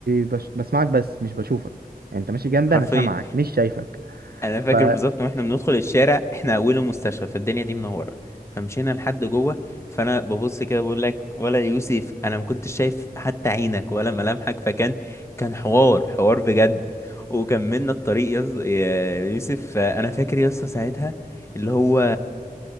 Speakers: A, on the right (about 80°); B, on the left (about 15°).
A: بش... بسمعك بس مش بشوفك يعني أنت ماشي جنبي
B: حرفيا
A: أنا سامعك مش شايفك
B: انا فاكر
A: ف
B: بالظبط واحنا بندخل الشارع احنا اوله مستشفى فالدنيا دي منوره فمشينا لحد جوه فانا ببص كده بقول لك ولا يوسف انا ما كنتش شايف حتى عينك ولا ملامحك فكان كان حوار حوار بجد وكملنا الطريق يا يس... يا يوسف انا فاكر يا اسطى ساعتها اللي هو